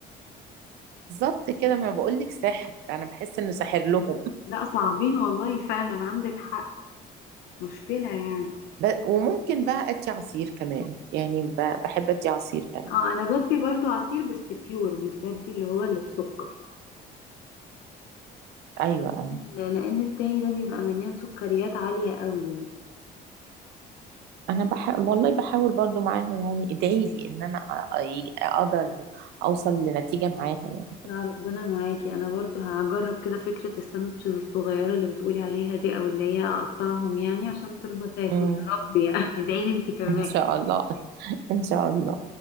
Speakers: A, on the right; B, on the left.
A: بالظبط كده ما بقول لك سحر انا بحس انه ساحر لهم
B: لا صعبين والله فعلا عندك حق مشكله يعني
A: ب... وممكن بقى ادي عصير كمان يعني ب... بحب ادي عصير كمان
B: اه انا بدي برضو عصير بس بيور مش بدي اللي هو اللي بسكر
A: ايوه ايوه
B: ل- لان التاني ده بيبقى مليان سكريات عاليه قوي يعني
A: انا بح... والله بحاول برضو معاها يعني ادعي لي ان انا أ- أ- اقدر اوصل لنتيجة معاها يعني
B: لا ربنا معاكي انا برضو هجرب كده فكره الساندوتشز الصغيره اللي بتقولي عليها دي او اللي هي اقطعهم يعني عشان ترضى تاكل
A: مم.
B: يا رب يعني <laughs> ادعيلي انت كمان
A: ان شاء الله <laughs> ان شاء الله